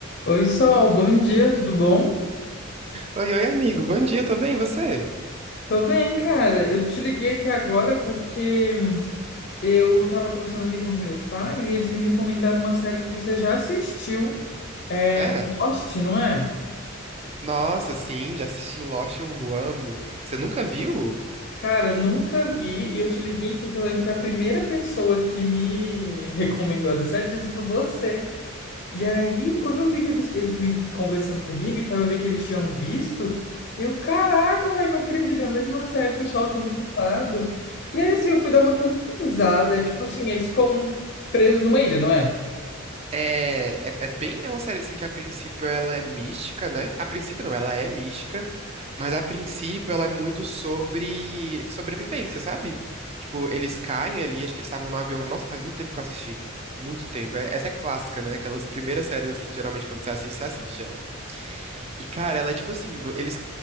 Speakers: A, on the left; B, on the right.
A: Oi, Sol, bom dia, tudo bom?
B: Oi, oi, amigo. Bom dia, tô bem, e você?
A: Tô bem, cara. Eu te liguei aqui agora porque hum, eu tava conversando aqui com os meus pais e eles me recomendaram uma série que você já assistiu. É
B: É?
A: Lost, não é?
B: Nossa, sim, já assisti Lost, eu amo. Você nunca viu?
A: Cara, eu nunca vi e eu te liguei porque eu lembro que a primeira pessoa que me <laughs> recomendou essa série tinha sido você. E aí, quando eu vi que eles, eles me conversando comigo e tal, eu vi que eles tinham visto, eu, caraca, velho, não acredito, é a mesma série que o Sol tinha me falado. E aí, assim, eu fui dar uma pesquisada, é tipo assim, eles ficam presos numa ilha, não é?
B: É, é, é bem, é uma série assim que a princípio ela é mística, né? A princípio não, ela é mística, mas a princípio ela é muito sobre sobrevivência, sabe? Tipo, eles caem ali, acho que eles estavam no avião. Nossa, faz muito tempo que eu assisti. Muito tempo. É- Essa é clássica, né? Aquelas primeiras séries assim que geralmente quando você assiste, você assiste ela. E, cara, ela é tipo assim, eles